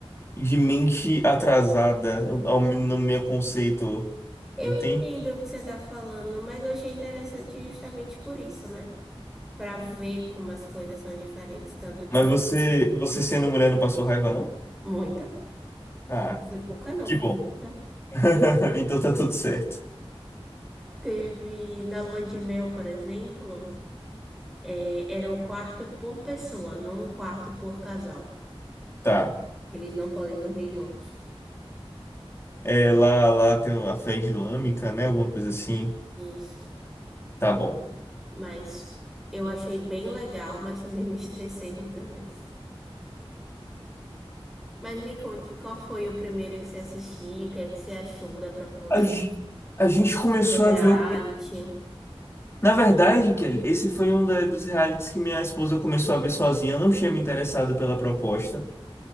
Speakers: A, on the left; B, in the centre.
A: De mente atrasada, eu- ao meu- no meu conceito,
B: Eu
A: entende?
B: entendo o que você está falando, mas eu achei interessante justamente por isso, né? Para ver como as coisas são diferentes. Tanto que
A: Mas
B: lá-
A: você, você sendo mulher não passou raiva, não?
B: muita,
A: Ah,
B: não foi pouca não,
A: que
B: foi
A: bom.
B: muita.
A: <laughs> Então tá tudo certo.
B: Teve na lua de mel, por exemplo, é, era um quarto por pessoa, não um quarto por casal.
A: Tá.
B: Eles não podem dormir juntos.
A: É, lá, lá tem a fé islâmica, né? Alguma coisa assim.
B: Isso.
A: Tá bom.
B: Mas eu achei bem legal, mas também me estressei muitas vezes. Mas me conte, qual foi o primeiro que você assistiu? O que é que você achou da proposta
A: A, ge- a gente começou
B: do reality?
A: a ver. o- Na verdade, Kelly, esse foi um da- dos realities que minha esposa começou a ver sozinha. Eu não tinha me interessado pela proposta.